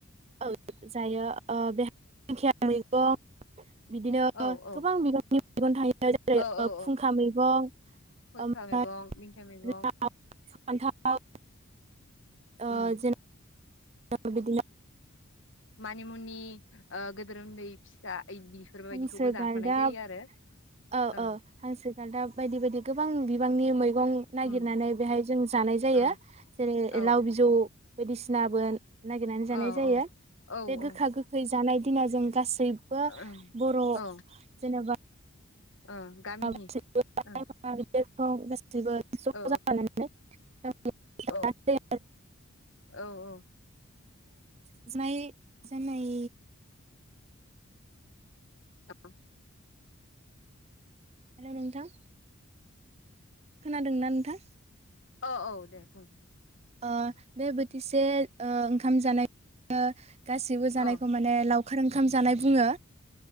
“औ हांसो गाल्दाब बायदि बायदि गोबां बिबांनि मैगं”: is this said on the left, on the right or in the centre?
Right